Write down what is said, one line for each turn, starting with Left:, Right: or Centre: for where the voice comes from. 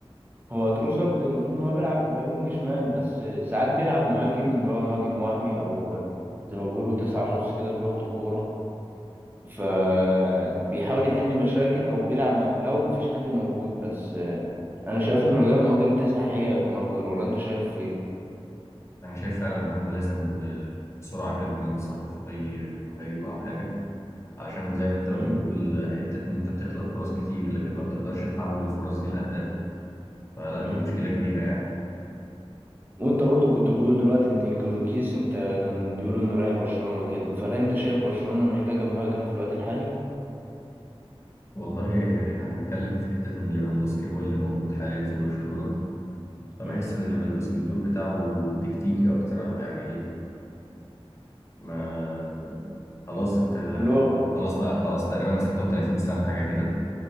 Right: هو تروسارد المفروض ان هو بيلعب وينج شمال بس ساعات بيلعب مهاجم اللي هو مهاجم وهمي او زي ما بيقولوا تسعة ونص كده بلغة الكورة فبيحاول يحل مشاكل او بيلعب مك... لو مفيش حد موجود بس انا شايف انه لو جاي مهاجم تسعة حقيقة هيكون افضل ولا انت شايف ايه؟
Left: أنا شايف فعلا إن هم لازم آه، بسرعة جدا يتصرفوا في أي مهاجم أو حاجة علشان زي ما أنت بتقول
Right: مم.
Left: آه، حتة إن أنت بتخلق فرص كتير لكن ما بتقدرش تحول الفرص دي لأهداف فلا
Right: مم.
Left: دي مشكلة كبيرة يعني
Right: وانت برضو كنت بتقول دلوقتي ان جوركيس انت كان بيقولوا انه رايح برشلونة كده فهل انت شايف برشلونة محتاجة مهاجم في الوقت الحالي؟
Left: والله إحنا هنتكلم في حتة إن ليفاندوسكي هو اللي موجود حاليا في برشلونة فبحس
Right: مم.
Left: إن ليفاندوسكي الدور بتاعه تكتيكي أكتر أو يعني إيه ما خلاص أنت
Right: اللي هو
Left: خلاص بقى خلاص تقريبا 36 سنة حاجة كده